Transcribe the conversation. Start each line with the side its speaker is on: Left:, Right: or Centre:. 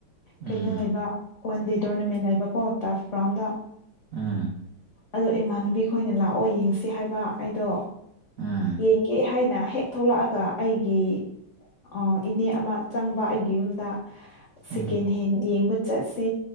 Right: ꯎꯝ
Left: ꯀꯩꯅꯣ ꯂꯩꯕ ꯋꯥꯟ ꯗꯦ ꯇꯣꯔꯅꯥꯃꯦꯟ ꯂꯩꯕꯀꯣ ꯇꯔꯐ ꯒ꯭ꯔꯥꯎꯟꯗ
Right: ꯑꯥ
Left: ꯑꯗꯣ ꯏꯃꯥꯟꯅꯕꯤ ꯈꯣꯏꯅ ꯂꯥꯛꯑꯣ ꯌꯦꯡꯁꯤ ꯍꯥꯏꯕ ꯑꯩꯗꯣ
Right: ꯎꯝ
Left: ꯌꯦꯡꯒꯦ ꯊꯥꯏꯅ ꯍꯦꯛ ꯊꯣꯛꯂꯛꯑꯒ ꯑꯩꯒꯤ ꯑ‌ꯣ ꯏꯅꯦ ꯑꯃ ꯆꯪꯕ ꯑꯩꯒꯤ ꯌꯨꯝꯗ
Right: ꯎꯝ
Left: ꯁꯦꯀꯦꯟ ꯍꯦꯟ ꯌꯦꯡꯕ ꯆꯠꯁꯦ